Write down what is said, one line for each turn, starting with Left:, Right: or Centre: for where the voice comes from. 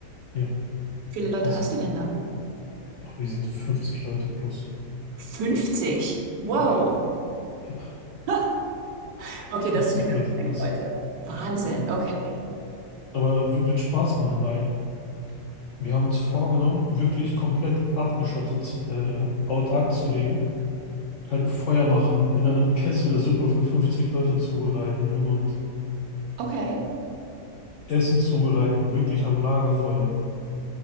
Left: Ja,
Right: Wie viele Leute
Left: passt.
Right: hast du denn da?
Left: Oh, wir sind 50 Leute plus.
Right: 50. Wow.
Left: Ja, ja,
Right: <laughs>
Left: <laughs>
Right: Okay,
Left: 50
Right: das ist eine ganze
Left: Leute plus.
Right: Menge Leute. Wahnsinn,
Left: Ja.
Right: okay.
Left: Aber w- wird Spaß machen, weil wir haben uns vorgenommen, wirklich komplett abgeschottet, äh, autark
Right: Ja.
Left: zu leben. Halt Feuer machen, in einem Kessel Suppe für 50 Leute zubereiten und
Right: Okay,
Left: Essen zubereiten, wirklich am Lagerfeuer.